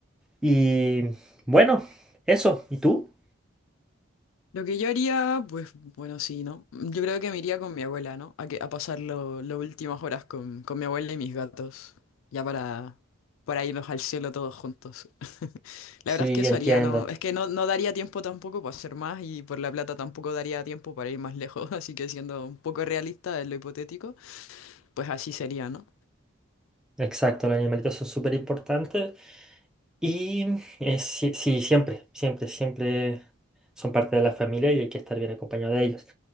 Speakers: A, in the centre; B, on the left.
A: Y bueno, eso. ¿Y tú?
B: Lo que yo haría, pues bueno, sí, ¿no? Yo creo que me iría con mi abuela, ¿no? A, que, a pasar lo- las últimas horas con, con mi abuela y mis gatos, ya para, para irnos al cielo todos juntos. <laughs>
A: Sí,
B: La verdad es que eso
A: entiendo.
B: haría, ¿no? Es que no, no daría tiempo tampoco para hacer más y por la plata tampoco daría tiempo para ir más lejos, <laughs> así que siendo un poco realista en lo hipotético, pues así sería, ¿no?
A: Exacto, los animalitos son súper importantes y eh, sí, sí, siempre, siempre, siempre son parte de la familia y hay que estar bien acompañado de ellos.